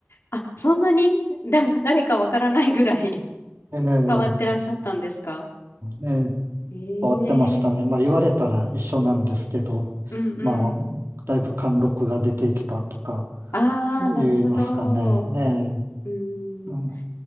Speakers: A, on the left; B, on the right.
A: あ、そんなにだ <laughs>、誰かわからないぐらい
B: ええ
A: <laughs> 変わってらっしゃったんですか
B: ええ
A: ええ
B: 変わってましたね。まあ言われたら一緒なんですけど、
A: うんうん。
B: まあ、だいぶ貫禄が出てきたとか
A: ああ、
B: 言いますかね。
A: なるほど。う
B: ええ、
A: ーん。
B: うん